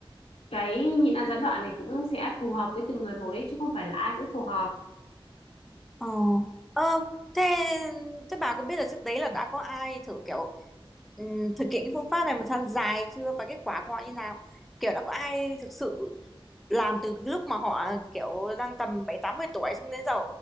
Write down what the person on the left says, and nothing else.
cái nhịn ăn gián đoạn này cũng sẽ phù hợp với từng người một đấy chứ không phải là ai cũng phù hợp